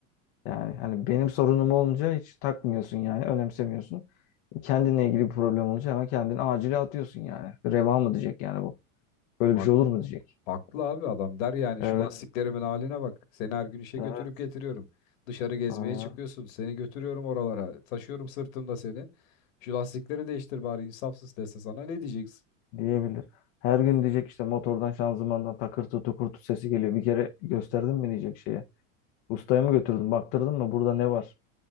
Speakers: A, on the left (about 55°); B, on the left (about 70°).
A: yani hani benim sorunum olunca hiç takmıyorsun yani önemsemiyorsun. Kendinle ilgili bir problem olunca hemen kendini acile atıyorsun yani. Reva mı diyecek yani bu?
B: <laughs>
A: Böyle bir
B: Hak-
A: şey olur mu diyecek.
B: haklı abi adam. Der yani
A: Evet.
B: şu lastiklerimin haline bak. Seni her gün işe
A: Yani
B: götürüp
A: Evet.
B: getiriyorum. Dışarı gezmeye
A: Aynen.
B: çıkıyorsun. Seni götürüyorum oralara. Taşıyorum sırtımda seni. Şu lastikleri değiştir bari insafsız dese sana ne diyeceksin?
A: diyebilir. Her gün diyecek işte motordan şanzımandan takırtı tukurtu sesi geliyor. Bir kere gösterdin mi diyecek şeye. Ustaya mı götürdün baktırdın mı burada ne var?